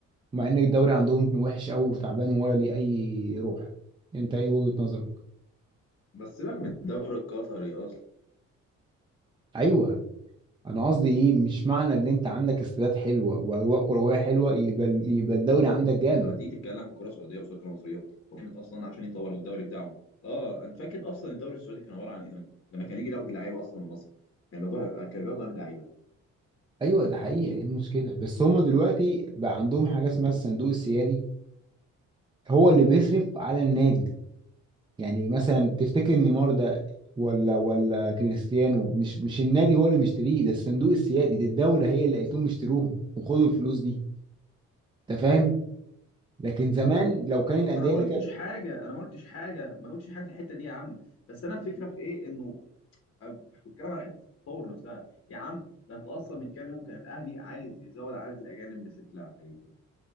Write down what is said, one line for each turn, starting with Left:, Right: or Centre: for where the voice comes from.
Right: مع ان الدوري عندهم وحش قوي وتعبان ولا ليه اي روح انت ايه وجهه نظرك
Left: بس سيبك من الدوري القطري أصلا
Right: ايوه انا قصدي ايه مش معنى ان انت عندك استادات حلوه واجواء كرويه حلوه يبقى يبقى الدوري عندك جامد
Left: أنت لما تيجي تتكلم ككرة سعودية قصاد كرة مصرية هو كانت أصلا عشان يطور الدوري بتاعهم أه أنت فاكر أصلا الدوري السعودي كان عبارة عن إيه زمان؟ لما كان يجي ياخد اللعيبة أصلا من مصر كان بياخدوها كان بياخدوا عن اللعيبة
Right: ايوه ده حقيقه ايه المشكله بس هما دلوقتي بقى عندهم حاجه اسمها الصندوق السيادي هو اللي بيصرف على النادي يعني مثلا تفتكر نيمار ده ولا ولا كريستيانو مش مش النادي هو اللي مشتريه ده الصندوق السيادي دي الدوله هي اللي قالت لهم اشتروهم وخدوا الفلوس دي انت فاهم لكن زمان لو كان الانديه
Left: انا ما
Right: اللي
Left: قلتش
Right: كانت
Left: حاجه انا ما قلتش حاجه ما قلتش حاجه في الحته دي يا عم بس انا الفكره في ايه انه أب- بتكلم على حته التطور نفسها يا عم ده انت اصلا من كام يوم كان الاهلي عايز يزود عدد الاجانب لست لعيبه